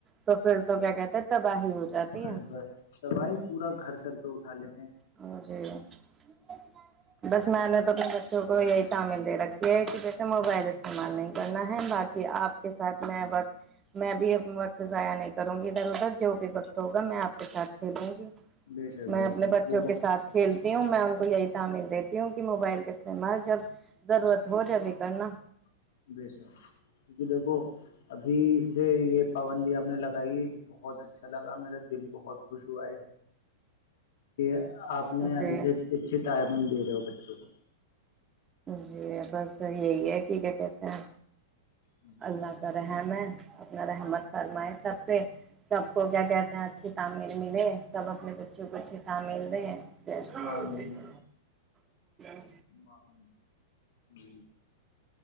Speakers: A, on the right; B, on the left.
A: تو پھر تو کیا کہتے تباہی ہو جاتی
B: اور
A: ہے
B: بس تباہی پورا گھر سر تو اٹا لے
A: <unintelligible> اور چاہی بس میں نے تو اپنے بچوں کو یہی تعمل دے رکھی ہے کہ جیسے موبائل استعمال نہیں کرنا ہے با کہ آپ کے ساتھ
B: جی جی
A: میں وقت میں بھی اب وقت ضائع نہیں کروں گی ادھر ادھر جو بھی وقت ہوگا میں آپ کے ساتھ کھلوں گی
B: بے شب
A: میں
B: بے
A: اپنے
B: شب
A: بچوں
B: بے
A: کے ساتھ کھیلتی ہوں میں ان یہی تعمل دیتی ہوں کہ موبائل کا استعمال جب ضرورت ہو جبھی کرنا
B: <unintelligible> ابھی سے یہ پابندی آپ نے لگائی بہت اچھا لگا میرا دل بہت خوش ہوا ہے کہ آپ نے
A: جی
B: ابھی سے اچھے تالمیل دے رہے ہو بچوں کو
A: جی بس یہی ہے کہ کیا کہتے ہیں
B: جی
A: اللہ کررے <inaudible> اپنا رحمت فرمائے سب پہ سب اس کو کیا کہتے ہیں اچھی تعمیر ملے سب اپنے بچوں کو اچھے ت مل رہے ہیں
B: آمین
A: <unintelligible>
B: <unintelligible>